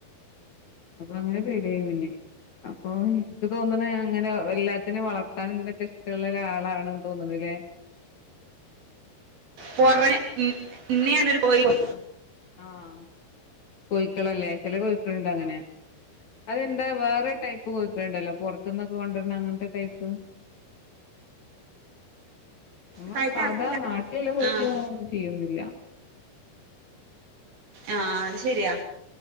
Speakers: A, on the left; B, on the right.
A: അപ്പൊ അങ്ങനെ പേടിയായി പിന്നെ. അപ്പൊ ഇൻക്ക് തോന്ന്ണ് അങ്ങനെ എല്ലാത്തിനെയും വളർത്താനും ഇതിനൊക്കെ ഇഷ്ടള്ള ഒരാളാണ്ന്ന് തോന്നുണൂല്ലേ
B: <unintelligible> ഉം ഇന്നെയും അങ്ങനൊരു കോയി കൊത്ത
A: അ ആഹ് കോയ്ക്കള്ല്ലേ ചെല കോയ്ക്കള്ണ്ട് അങ്ങനെ അതെന്താ വേറെ ടൈപ്പ് കോയ്ക്കള്ണ്ടല്ലോ പൊർത്ത്ന്നൊക്കെ കൊണ്ട് വരുന്ന അങ്ങൻത്തെ ടൈപ്പ് ഞമ്മളെ
B: കഴുത്തിനറക്കില്ല
A: സാധാ നാട്ടില്ള്ള കോയ്ക്കളോന്നും
B: ആഹ്
A: ചെയ്യൊന്നുല്ല
B: ആഹ് അത് ശരിയാ.